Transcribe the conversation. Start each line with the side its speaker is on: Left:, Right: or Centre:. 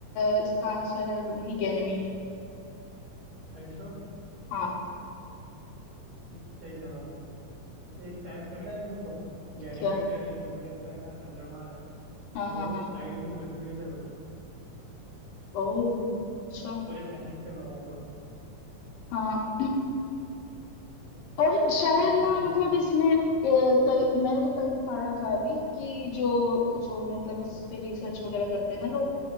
Left: अ, इसका आंसर दूंगी गैनेमीड
Right: आयुष्या
Left: हाँ
Right: सही जवाब है एक फैक्ट पता है तुमको गैनीमेड
Left: क्या
Right: जो है ना जुपिटर का है ना चंद्रमा है
Left: हाँ हाँ
Right: वो
Left: हाँ
Right: साइज में मरक्यूरी से बड़ा है
Left: ओह अच्छा
Right: पूरे प्लेनेट से बड़ा है वो
Left: हाँ <clears throat> और शायद
Right: मतलब
Left: ना मतलब इसमें अ, कई मैंने तो कहीं पढ़ा था अभी कि जो जो मतलब इस पे रिसर्च वगैरह करते हैं ना लोग